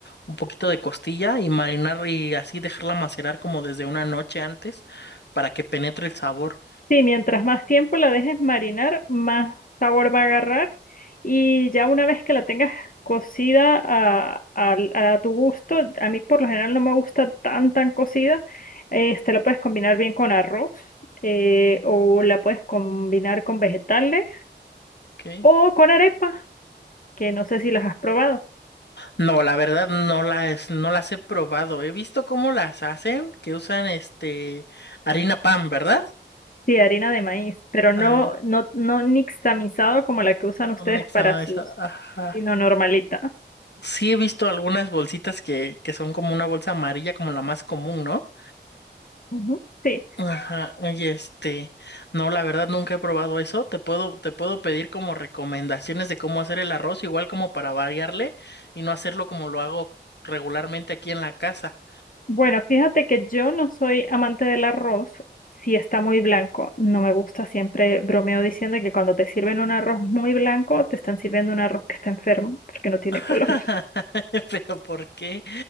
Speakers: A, on the left; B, on the left.
A: un poquito de costilla y marinar y así dejarla macerar como desde una noche antes para que penetre el sabor.
B: Sí, mientras más tiempo la dejes marinar, más sabor va a agarrar. Y ya una vez que la tengas cocida a, al- a tu gusto, a mí por lo general no me gusta tan tan cocida, este, la puedes combinar bien con arroz, eh, o la puedes combinar con vegetales
A: ok.
B: o con arepa, que no sé si las has probado.
A: No, la verdad no las, no las he probado. He visto cómo las hacen, que usan este harina pan, ¿verdad?
B: Sí, harina de maíz, pero
A: Ah,
B: no, no, no nixtamalizado como la que usan ustedes
A: un examen
B: para sus,
A: de esa. Ajá.
B: sino normalita.
A: Sí he visto algunas bolsitas que, que son como una bolsa amarilla, como la más común, ¿no?
B: Ujú. Sí.
A: Ajá. Oye, este, no, la verdad nunca he probado eso. Te puedo, te puedo pedir como recomendaciones de cómo hacer el arroz, igual como para variarle y no hacerlo como lo hago regularmente aquí en la casa.
B: Bueno, fíjate que yo no soy amante del arroz si está muy blanco. No me gusta, siempre bromeo diciendo que cuando te sirven un arroz muy blanco, te están sirviendo un arroz que está enfermo, porque no tiene
A: <laughs>
B: color. <laughs>
A: Pero ¿por qué?